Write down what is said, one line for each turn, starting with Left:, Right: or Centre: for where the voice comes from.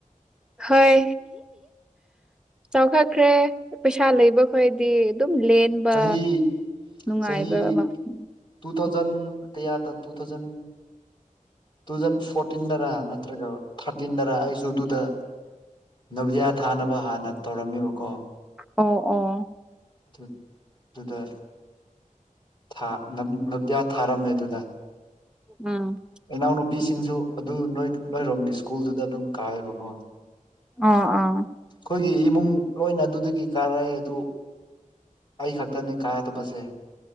Centre: ꯍꯣꯏ ꯆꯥꯎꯈꯠꯈ꯭ꯔꯦ ꯄꯩꯁꯥ ꯂꯩꯕ ꯈꯣꯏꯗꯤ ꯑꯗꯨꯝ ꯂꯦꯟꯕ
Left: ꯆꯍꯤ
Centre: ꯅꯨꯡꯉꯥꯏꯕ
Left: ꯆꯍꯤ
Centre: ꯃꯐꯝ
Left: ꯇꯨ ꯊꯥꯎꯖꯟ ꯀꯌꯥꯗ ꯇꯨ ꯊꯥꯎꯖꯟ ꯇꯨ ꯊꯥꯎꯖꯟ ꯐꯣꯔꯇꯤꯟꯗꯔ ꯅꯠꯇ꯭ꯔꯒꯥ ꯊꯥꯔꯇꯤꯟꯗꯔ ꯑꯩꯁꯨ ꯑꯗꯨꯗ ꯅꯕꫭꯗꯤꯌꯥ ꯊꯥꯅꯕ ꯍꯥꯟꯅ ꯇꯧꯔꯝꯃꯦꯕꯀꯣ
Centre: ꯑꯣ ꯑꯣ
Left: ꯑꯗꯨ ꯑꯗꯨꯗ ꯊꯥ ꯅꫭꯕꫭꯗꯤꯌꯥ ꯊꯥꯔꯝꯃꯦ ꯑꯗꯨꯗ
Centre: ꯎꯝ
Left: ꯏꯅꯥꯎꯅꯨꯄꯤꯁꯤꯡꯁꯨ ꯑꯗꯨ ꯅꯣꯏ ꯅꯣꯏꯔꯣꯝꯒꯤ ꯁ꯭ꯀꯨꯜꯗꯨꯗ ꯑꯗꯨꯝ ꯀꯥꯏꯕꯀꯣ
Centre: ꯑꯥ ꯑꯥ
Left: ꯑꯩꯈꯣꯏꯒꯤ ꯏꯃꯨꯡ ꯂꯣꯏꯅ ꯑꯗꯨꯗꯒꯤ ꯀꯥꯔꯛꯏ ꯑꯗꯨ ꯑꯩ ꯈꯛꯇꯅꯤ ꯀꯥꯗꯕꯁꯦ